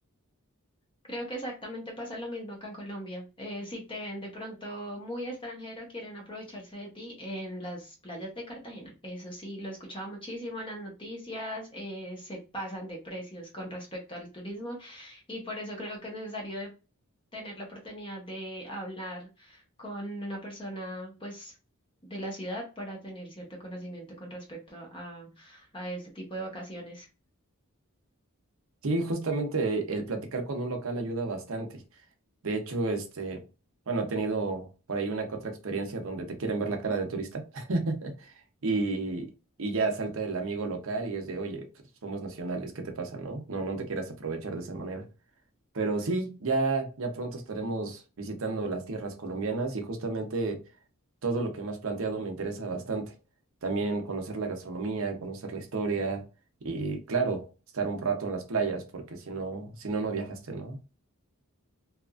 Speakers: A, on the left; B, on the right.
A: Creo que exactamente pasa lo mismo acá en Colombia. Eh, si te ven de pronto muy extranjero, quieren aprovecharse de ti en las playas de Cartagena. Eso sí, lo he escuchado muchísimo en las noticias, eh, se pasan de precios con respecto al turismo y por eso creo que es necesario de tener la oportunidad de hablar con una persona, pues, de la ciudad para tener cierto conocimiento con respecto a, a este tipo de vacaciones.
B: Sí, justamente el platicar con un local ayuda bastante. De hecho, este, bueno, he tenido por ahí una que otra experiencia donde te quieren ver la cara de turista <laughs> y, y ya salta el amigo local y es de, oye, pues, somos nacionales, ¿qué te pasa, no? No, no te quieras aprovechar de esa manera. Pero sí, ya, ya pronto estaremos visitando las tierras colombianas y justamente todo lo que me has planteado me interesa bastante. También conocer la gastronomía, conocer la historia y, claro, estar un rato en las playas porque si no, si no, no viajaste, ¿no?